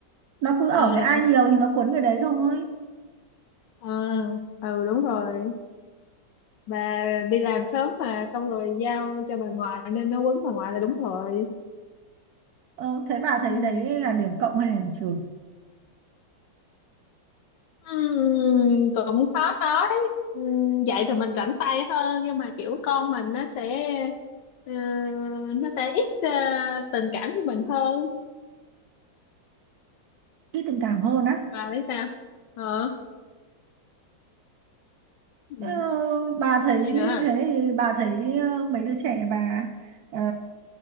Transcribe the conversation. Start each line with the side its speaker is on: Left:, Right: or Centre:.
Right: nó cứ ở
Left: à,
Right: với ai nhiều thì nó cuốn người đấy thôi
Left: à. ừ đúng rồi bà đi làm sớm mà xong rồi giao cho bà ngoại nên nó quấn bà ngoại là đúng rồi
Right: ờ, thế bà
Left: ừ.
Right: thấy đấy là điểm cộng hay là điểm trừ
Left: Ừm, cũng khó nói Ừm, vậy thì mình rảnh tay hơn nhưng mà kiểu con mình nó sẽ ờ, nó sẽ ít ờ, tình cảm của mình hơn
Right: ít tình cảm hơn á
Left: và biết sao ờ Ừ.
Right: ờ, bà thấy
Left: cái gì nữa
Right: thế thì bà thấy ờ, mấy đứa trẻ bà ờ,